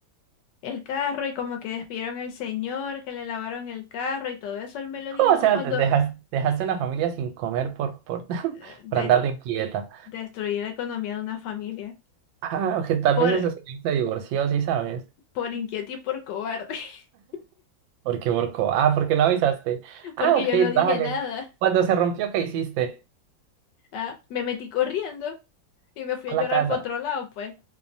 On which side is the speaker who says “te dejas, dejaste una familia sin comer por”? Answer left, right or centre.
Right